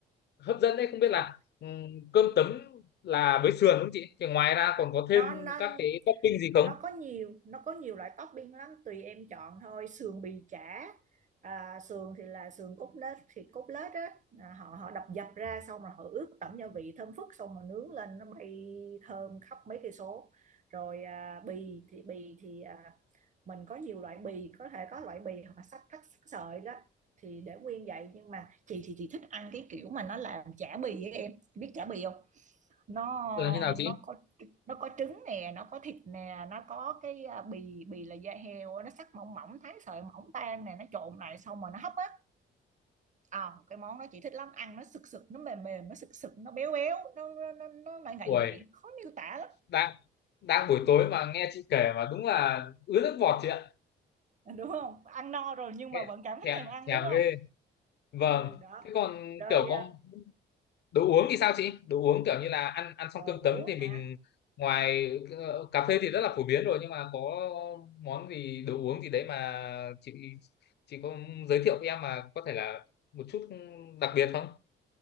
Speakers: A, on the left; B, on the right.
A: hấp dẫn đấy không biết
B: Trời,
A: là ừm, cơm tấm là với sườn không chị thì ngoài ra còn có thêm
B: nó nó
A: các cái topping gì không
B: nó có nhiều nó có nhiều loại topping lắm tùy em chọn thôi sườn bì chả à, sườn thì là sườn cốt lết thịt cốt lết á à, họ họ đập dập ra xong rồi họ ướp tẩm gia vị thơm phức xong rồi nướng lên nó bay thơm khắp mấy cây số rồi à, bì thì bì thì à, mình có nhiều loại bì có thể có loại bì hoặc là sắc thắt sắc sợi đó thì để nguyên vậy nhưng mà chị thì chị thích ăn cái kiểu mà nó làm chả bì ấy em biết chả bì không nó
A: là như nào chị
B: nó có nó có trứng nè nó có thịt nè nó có cái à, bì bì là da heo á, nó sắc mỏng mỏng thái sợi mỏng tan nè nó trộn lại xong rồi nó hấp á à, cái món đó chị thích lắm ăn nó sực sực nó mềm mềm nó sực sực nó béo béo nó nó nó, nó lại ngậy
A: Ui
B: ngậy khó miêu tả lắm
A: đang đang buổi tối mà nghe chị kể mà đúng là ứa nước bọt chị ạ
B: đúng không ăn no rồi nhưng
A: nghe
B: mà vẫn cảm thấy
A: thèm
B: thèm ăn
A: thèm
B: đúng không
A: ghê vâng
B: ừ đó
A: thế còn
B: rồi
A: kiểu có
B: à,
A: đồ uống thì sao chị đồ uống kiểu như là ăn ăn xong
B: đồ
A: cơm
B: uống
A: tấm thì
B: hả
A: mình ngoài ờ, cà
B: Ồ,
A: phê thì rất là phổ biến rồi nhưng mà có món gì đồ uống gì đấy mà chị chị có giới thiệu với em mà có thể là một chút đặc biệt không